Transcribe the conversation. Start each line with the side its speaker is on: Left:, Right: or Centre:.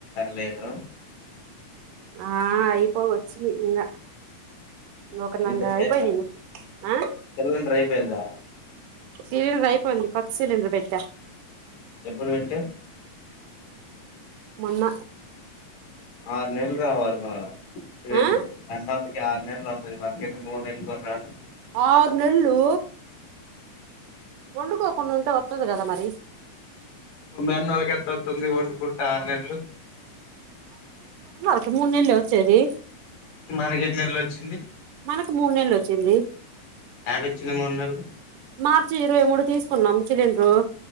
Left: లేను
Right: ఆ అయిపో వచ్చి ఇంగ ఒక నంగా
Left: ఇంతసేపు
Right: ఐపోయింది ఇగ ఆ
Left: సిలిండర్ అయిపోయిందా
Right: సీరియల్ అయిపోయింది కొత్త సీరియల్ పెట్టా
Left: ఎప్పుడు విట్
Right: మొన్న
Left: ఆరు నెలలు రావాలి మల్ల <unintelligible>
Right: ఆ
Left: ఆరు నెలలు వస్తది మనకేమో మూడు నెలలు కూడా రాద్
Right: ఆరు నెళ్ళు వండుకోకుండా ఉంటే వస్తది కదా మరి
Left: మీ అన్నోళ్ళకి ఎట్లా వస్తోంది వండుకుంటా ఆరు నెల్లు
Right: అతే మూడు నెలలే వచ్చేది
Left: మనకెన్నేళ్లు వచ్చింది
Right: మనకు మూడు నేెళ్లు వచ్చింది
Left: ఏడొచ్చింది మూడు నేెళ్లు
Right: మార్చి ఇరవై మూడు తీసుకున్నాం సిలిండర్